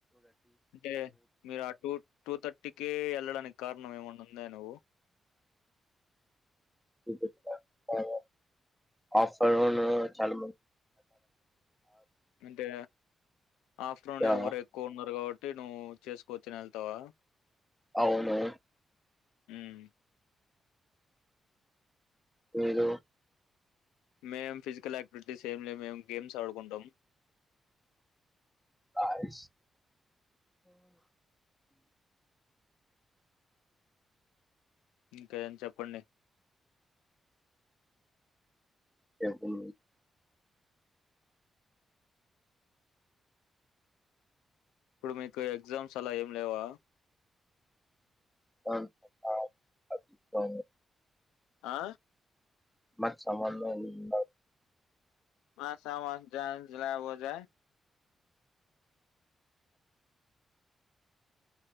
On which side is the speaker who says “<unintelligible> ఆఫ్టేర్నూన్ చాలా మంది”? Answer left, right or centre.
Centre